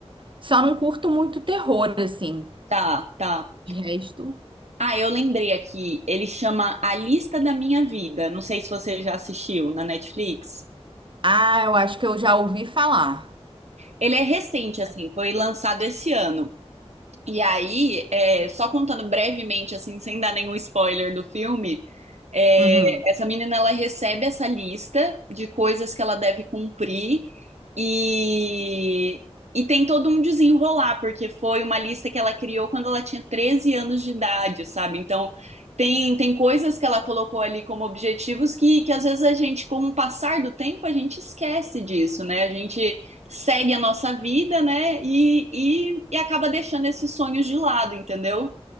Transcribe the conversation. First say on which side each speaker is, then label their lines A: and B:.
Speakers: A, on the right; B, on the right.
A: só não curto muito terror assim.
B: tá, tá.
A: De resto,
B: Ah, eu lembrei aqui. Ele chama A Lista da Minha Vida. Não sei se você já assistiu na Netflix.
A: ah, eu acho que eu já ouvi falar.
B: Ele é recente, assim, foi lançado esse ano. E aí, é, só contando brevemente, assim, sem dar nenhum spoiler do filme, é,
A: Uhum.
B: essa menina ela recebe essa lista de coisas que ela deve cumprir e, e tem todo um desenrolar, porque foi uma lista que ela criou quando ela tinha 13 anos de idade, sabe? Então, tem, tem coisas que ela colocou ali como objetivos que, que às vezes a gente, com o passar do tempo, a gente esquece disso, né? A gente segue a nossa vida, né? E, e, e acaba deixando esses sonhos de lado, entendeu?